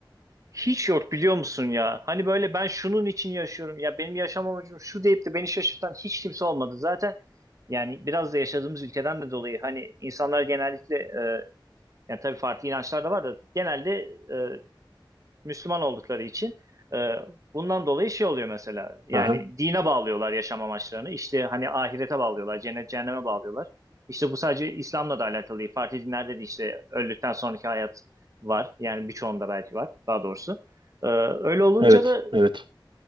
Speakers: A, on the right; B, on the right.
A: Hiç yok biliyor musun ya? Hani böyle ben şunun için yaşıyorum ya benim yaşam amacım şu deyip de beni şaşırtan hiç kimse olmadı. Zaten yani biraz da yaşadığımız ülkeden de dolayı hani insanlar genellikle e, Yani tabii farklı inançlar da var da genelde e, Müslüman oldukları için e, bundan dolayı şey oluyor mesela. Yani
B: Aha,
A: dine bağlıyorlar yaşam amaçlarını. İşte hani ahirete bağlıyorlar, cennet cehenneme bağlıyorlar. İşte bu sadece İslam'la da alakalı değil. Farklı dinlerde de işte öldükten sonraki hayat var. Yani birçoğunda belki var daha doğrusu. E, öyle olunca
B: evet,
A: da
B: evet.